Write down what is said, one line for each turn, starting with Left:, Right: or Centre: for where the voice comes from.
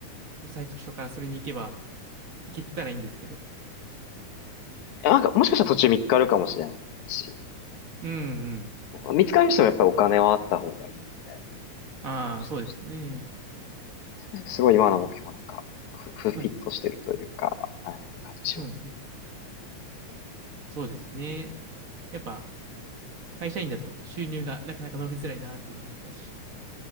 Right: もう最初からそれに行けば、行けてたらいいんですけど。
Left: いや、なんか、もしかしたら途中見つかるかもしれないし、
Right: うん、うん。
Left: 見つかる人もやっぱりお金はあった方がいいので、
Right: ああ、
Left: 僕とし
Right: そうですよね。
Left: て。すごい今の目標なんか、ふ、ふフィットしてるというか、
Right: はい。
Left: あれな感じします。
Right: うんうんそうですね。やっぱ会社員だと収入がなかなか伸びづらいなっていうのもあったし、